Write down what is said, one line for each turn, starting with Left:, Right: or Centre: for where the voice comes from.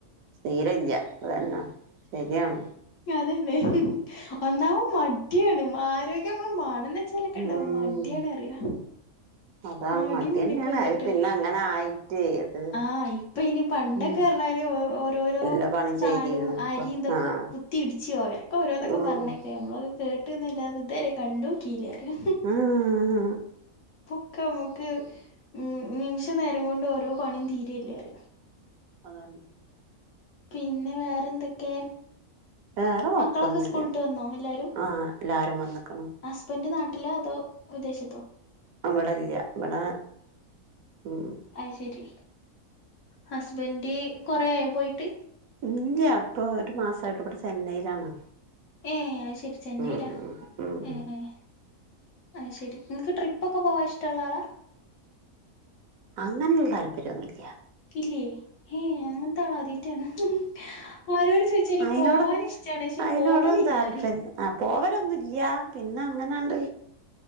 Right: സ്ഥിരല്യ അതന്നെ ശരിയാണ്
Left: അത് തന്നെ ഒന്നാവു മട്യാണ് മരോഗ്യം മാണം ന്നെ അച്ചാലൊക്കെ ഉണ്ടാവും
Right: ഉം
Left: മടിയണറിയ
Right: അതാണ്
Left: മടി
Right: മടിയന്നെയാണ്
Left: മുന്നേക്ക് വന്നിട്ടറിയും
Right: അത് പിന്നെ അങ്ങനെ ആയിട്ടേ അത്
Left: ആഹ് ഇപ്പൊ ഇനി പണ്ടൊക്കെ
Right: ഉം
Left: പറഞ്ഞാല് ഓരോരോ
Right: എല്ലാ പണിയും
Left: സാനു
Right: ചെയ്തിരുന്നു ഇപ്പ
Left: അരിയും ഇതൊക്കെ
Right: ആഹ്
Left: കുത്തി ഇടിച്ചു ഒക്കെ ഓരോന്നൊക്കെ
Right: ഉം
Left: പറഞ്ഞേ ഞമ്മളാത് കേട്ടുന്നല്ലാതെ ഇതുവരെ കണ്ടു നോക്കില്ല അറിയോ
Right: ആഹ്
Left: ക്ക നമ്മുക്ക് ഉമ് നിമിഷനേരം കൊണ്ട് ഓരോ പണിയും തീരല്ലെ പറയ
Right: അതന്നെ
Left: പിന്നെ വേറെന്തക്കെ
Right: വേറെ കൊഴപ്പൊന്നുല്ല
Left: മക്കളൊക്കെ സ്കൂള് വിട്ട് വന്നോ എല്ലാരും
Right: ആഹ് എല്ലാരും വന്ന്ക്ക്ണ്
Left: ഹസ്ബൻഡ് നാട്ടിലൊ അതോ വിദ്ദേശ
Right: അവടല്ല ഇവിടെ ഉമ്
Left: അയ് ശരി ഹസ്ബൻഡ് കൊറെയയോ പോയിട്ട്
Right: ഇല്ല്യ പ്പൊ ഒരു മാസായിട്ടിവിടെ ചെന്നൈയിലാണ്
Left: ഏഹ് ആഹ് ശരി ചെന്നൈലാ
Right: ഉം ഉം
Left: ഏഹ് ഏഹ് ആഹ് ശരി നിങ്ങക്ക് ട്രിപ്പൊക്കെ പോവാ ഇഷ്ട്ടൊള്ളാളാ
Right: അങ്ങനൊരു താൽപരൊന്നുല്ല്യ
Left: ഇല്ലേ ഏഹ് അങ്ങനതാളാദ്യയിട്ടാണ് കാണ ആരോട് ചോയിച്ചാലും
Right: അയിനോട്
Left: പോകാനിഷ്ട്ടാണ് പക്ഷെ
Right: അയിനോടും
Left: പോവലില്ലന്നറിയും
Right: താല്പര്യം ആ പോവലൊന്നുല്യ പിന്നെ അങ്ങനാണ്ട്